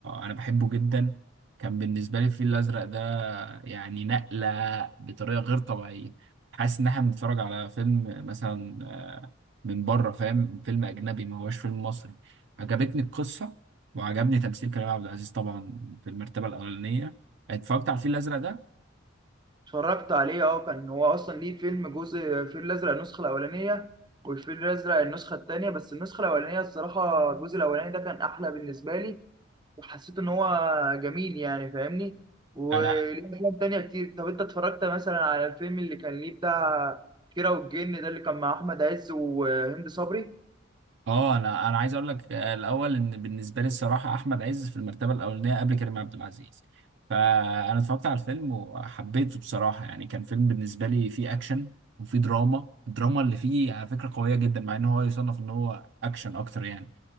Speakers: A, on the right (about 60°); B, on the right (about 20°).
A: انا بحبه جدا كان بالنسبة لي الفيل الازرق ده يعني نقلة بطريقة غير طبيعية حاسس ان احنا بنتفرج على فيلم مثلا من بره فاهم فيلم اجنبي ما هوش فيلم مصري عجبتني القصة وعجبني تمثيل كريم عبد العزيز طبعا في المرتبة الاولانية اتفرجت على الفيل الازرق ده
B: اتفرجت عليه اه كان هو اصلا ليه فيلم جزء الفيل الازرق النسخه الاولانيه والفيل الازرق النسخه الثانيه بس النسخه الاولانيه الصراحه الجزء الاولاني ده كان احلى بالنسبه لي وحسيت ان هو جميل يعني فاهمني وليه
A: انا
B: افلام تانية كتير طب انت اتفرجت مثلا على الفيلم اللي كان ليه بتاع كيرة والجن ده اللي كان مع احمد عز وهند صبري
A: اه انا انا عايز اقول لك آه، الاول ان بالنسبه لي الصراحه احمد عز في المرتبه الاولانيه قبل كريم عبد العزيز فانا اتفرجت على الفيلم وحبيته بصراحه يعني كان فيلم بالنسبه لي فيه اكشن وفيه دراما الدراما اللي فيه على فكره قويه جدا مع ان هو يصنف ان هو اكشن اكتر يعني